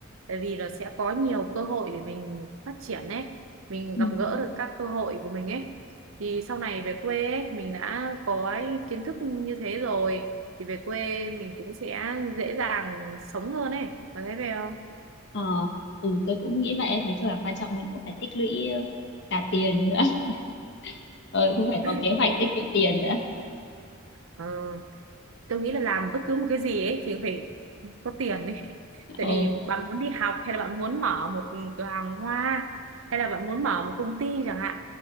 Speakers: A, on the right (about 80°); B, on the left (about 60°).
A: Tại vì là sẽ có nhiều cơ hội để mình phát triển ấy, mình
B: Ừ.
A: gặp gỡ được các cơ hội của mình ấy. Thì sau này về quê ấy, mình đã có ấy, kiến thức như thế rồi thì về quê mình cũng sẽ dễ dàng sống hơn ấy. Bạn thấy về không?
B: Ờ, ừ, tôi cũng nghĩ vậy. Nói chung là quan trọng mình cũng phải tích lũy ờ, cả tiền nữa. <laughs> Ờ, cũng phải có kế
A: <laughs>
B: hoạch tiết kiệm tiền nữa.
A: Ờ. tôi nghĩ là làm bất cứ một cái gì ấy thì phải có tiền ấy tại
B: Ờ,
A: vì bạn muốn đi học hay là bạn muốn mở một cửa hàng hoa hay là bạn muốn mở một công ty chẳng hạn